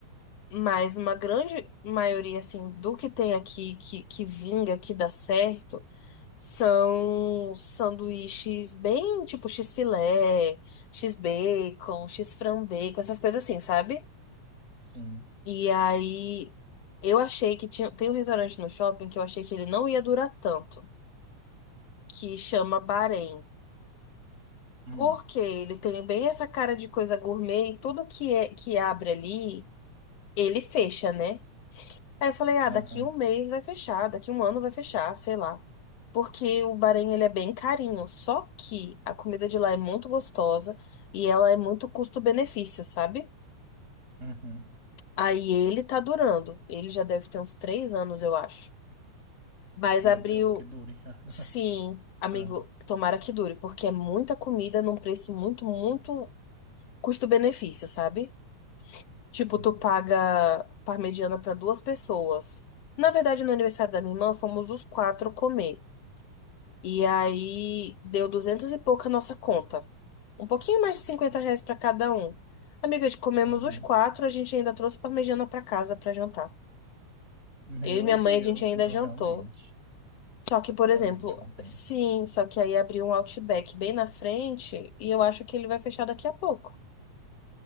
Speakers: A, on the left; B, on the right.
A: Mas uma grande maioria, assim, do que tem aqui, que, que vinga, que dá certo, são sanduíches bem, tipo, x-filé, x-bacon, x-frambacon, essas coisas assim, sabe?
B: Sim.
A: E aí eu achei que tinha, tem um restaurante no shopping que eu achei que ele não ia durar tanto, que chama Bahrein.
B: Hum.
A: Porque ele tem bem essa cara de coisa gourmet e tudo que é que abre ali, ele fecha, né? Aí eu falei, ah,
B: Aham.
A: daqui um mês vai fechar, daqui um ano vai fechar, sei lá. Porque o Bahrein, ele é bem carinho, só que a comida de lá é muito gostosa e ela é muito custo-benefício, sabe?
B: Uhum.
A: Aí ele tá durando, ele já deve ter uns três anos, eu acho. Mas
B: Meu
A: abriu.
B: Deus, que dure. <laughs>
A: Sim, amigo,
B: Ah,
A: tomara que dure, porque é muita comida num preço muito, muito custo-benefício, sabe? Tipo,
B: sim.
A: tu paga parmegiana para duas pessoas. Na verdade, no aniversário da minha irmã, fomos os quatro comer. E aí deu duzentos e pouco a nossa conta. Um pouquinho mais de 50 reais para cada um. Amiga, de- comemos
B: Uhum.
A: os quatro, a gente ainda trouxe parmegiana para casa para jantar.
B: Meu
A: Eu e minha mãe,
B: Deus,
A: a gente ainda
B: então
A: jantou.
B: realmente.
A: Só que, por
B: Realmente
A: exemplo,
B: compensa.
A: sim, só que aí abriu um Outback bem na frente e eu acho que ele vai fechar daqui a pouco.